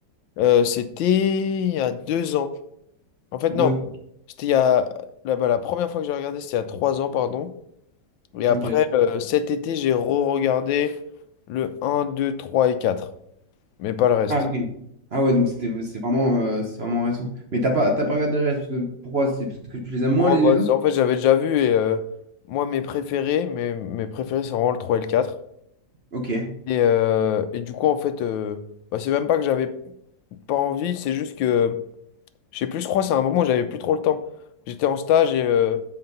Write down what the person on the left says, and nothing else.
Euh, c'était il y a deux ans. En fait,
non.
C'était il y a... Là-bas, la première fois que j'ai regardé, c'était il y a trois ans, pardon. Et après,
euh, cet été, j'ai re-regardé le un 2 3 et quatre mais pas le reste.
Oh,
bah,
en fait, j'avais déjà vu et euh, moi, mes préférés, mes, mes préférés, c'est vraiment le 3 et le quatre
Et, euh, et du coup, en fait, euh, bah, c'est même pas que j'avais pas envie, c'est juste que, je sais plus, je crois, c'est un moment où j'avais plus trop le temps. J'étais en stage et, euh,